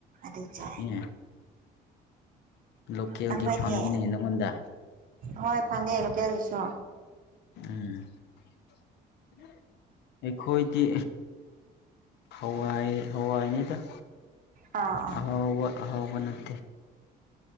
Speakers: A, on the right; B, on the left.
A: ꯑꯗꯨꯆ
B: ꯑꯦ ꯂꯣꯀꯦꯜꯒꯤ
A: ꯅꯈꯣꯏꯗꯤ
B: ꯐꯪꯉꯤꯅꯦ ꯅꯪꯉꯣꯟꯗ
A: ꯍꯣꯏ ꯐꯥꯉꯦꯉꯇꯌꯥ ꯑꯗꯨꯁꯨ
B: ꯎꯝ ꯑꯩꯈꯣꯏꯗꯤ ꯍꯋꯥꯏ ꯍꯋꯥꯏꯅꯤꯗ
A: ꯑꯥ
B: ꯑꯍꯥꯎꯕ ꯑꯍꯥꯎꯕ ꯅꯠꯇꯦ